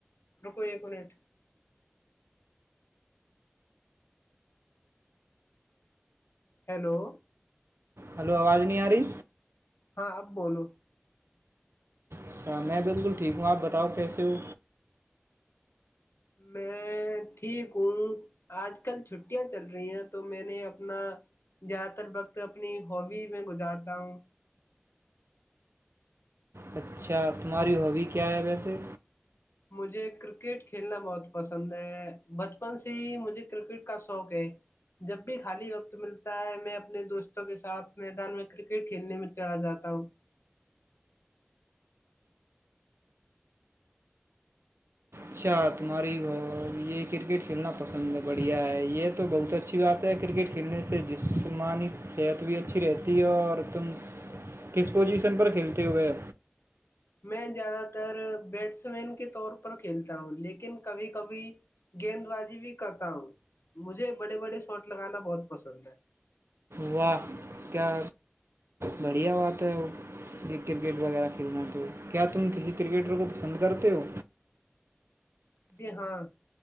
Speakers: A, on the left; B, on the right.
A: کوئی نٹ ہیلو
B: ہلو آواز نہیں آ رہی
A: ہاں اب بولو
B: اچھا میں بالکل ٹھیک ہوں آپ بتاؤ کیسے ہو
A: میں ٹھیک ہوں آج کل چھٹیاں چل رہی ہیں تو میں نے اپنا زیادہ تر وقت اپنی ہبی میں گزارتا ہوں
B: اچھا تمہاری ہابی کیا ہے ویسے
A: مجھے کرکٹ کھیلنا بہت پسند ہے بچپن سے ہی مجھے کرکٹ کا شوق ہے جب بھی خالی وقت ملتا ہے میں اپنے دوستوں کے ساتھ میدان میں کرکٹ کھیلنے میں چلا جاتا ہوں
B: اچھا تمہاری ہو یہ کرکٹ کھیلنا پسند ہے بڑھیا ہے یہ تو بہت اچھی بات ہے کرکٹ کھیلنے سے جسمانی صحت بھی اچھی رہتی ہے اور تم کس پوزیشن پر کھیلتے ہو گئے
A: میں زیادہ تر بیٹس مین کے طور پر کھیلتا ہوں لیکن کبھی کبھی گیند بازی بھی کرتا ہوں مجھے بڑے بڑے شاٹ لگانا بہت پسند ہے
B: واہ کیا بڑھیا بات ہے یہ کرکٹ وغیرہ کھیلنا تو کیا تم کسی کرکٹر کو پسند کرتے ہو
A: جی ہاں